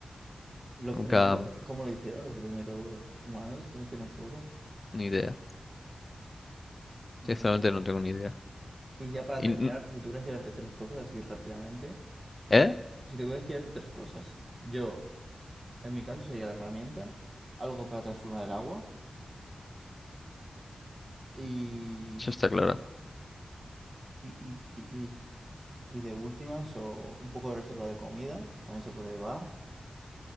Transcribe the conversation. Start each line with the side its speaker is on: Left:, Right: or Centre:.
Right: Los
Left: Nunca,
Right: primeros, ¿cómo lo hicieron los primeros humanos? ¿Cómo hicieron fuego?
Left: ni idea. Sinceramente
Right: Mm, Interesante.
Left: no tengo ni idea.
Right: Y ya para
Left: Y
Right: terminar,
Left: n-
Right: si tuvieras que darte tres cosas así rápidamente,
Left: ¿Eh?
Right: si te tuvieras que darte tres cosas, yo En mi caso sería la herramienta, algo para transformar el agua y,
Left: Eso está claro.
Right: y, y, y, y- y de últimas o un poco de reserva de comida, también se puede llevar.